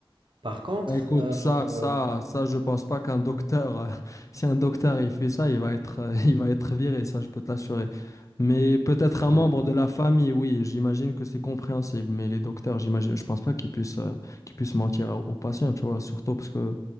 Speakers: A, on the right; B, on the left.
A: Par contre,
B: Bah, Écoute,
A: euh,
B: ça, ça,
A: euh,
B: ça, je pense pas qu'un docteur, euh, <laughs> si un docteur il fait ça, il va être, euh, <laughs> il va être viré, ça, je peux te l'assurer. Mais peut-être
A: ouais,
B: un membre de la famille, oui, j'imagine que c'est compréhensible. Mais les docteurs, j'imagine, je pense pas qu'ils puissent, euh, qu'ils puissent mentir aux, aux patients, tu vois, surtout parce que,